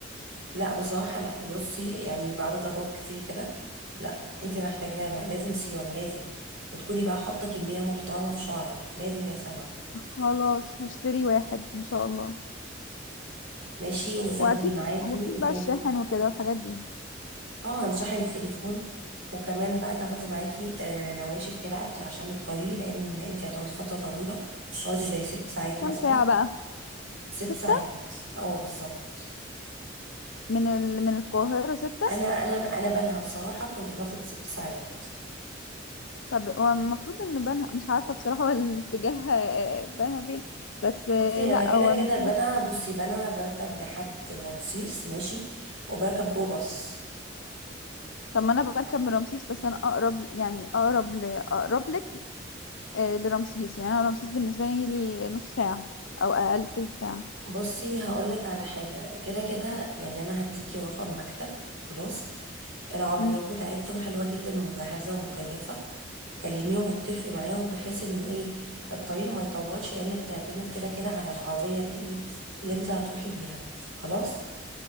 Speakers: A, on the right; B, on the left.
A: لا بصراحة لا بصي يعني بعد تجارب كتير كده لا انت محتاجة مح- لازم سيروم لازم وتكوني بقى حاطة كمية محترمة في شعرك لازم يا سما
B: خلاص هشتري واحد ان شاء الله
A: ماشي وتاخدي
B: واكيد
A: معاكي
B: واكيد
A: ايه
B: بقى
A: تاني
B: الشاحن وكده والحاجات دي
A: طبعا شحن التليفون وكمان بقى تاخدي معاكي آه نواشف كده اكل عشان الطريق لان انت هتقعدي فترة طويلة هتقعدي زي ست ساعات
B: كام
A: مثلا
B: ساعة بقى
A: ست
B: ستة
A: ساعات اه بالظبط
B: من ال... من القاهرة ستة
A: انا انا انا بنها بصراحة كنت باخد ست ساعات
B: طب هو المفروض ان بنها مش عارفة بصراحة <laughs> هو الاتجاه آه، بنها فين بس آه،
A: بصي
B: لا
A: انا كده
B: هو
A: كده
B: المفروض
A: بنها بصي بنها بركب لحد رمسيس ماشي وبركب جو باص
B: طب ما انا بركب من رمسيس بس انا اقرب يعني اقرب ل... اقرب لك آه، لرمسيس يعني انا رمسيس بالنسبة لي نص ساعة او اقل تلت ساعة
A: بصي هقولك على حاجة كده كده يعني انا هديكي رقم مكتب خلاص العربيات
B: مم.
A: بتاعتهم حلوة جدا ومجهزة ومكيفة كلميهم واتفقي معاهم بحيث انه ايه الطريق ما يطولش لان بتعتمد كده كده على العربية اللي ايه اللي انت هتروحي بيها خلاص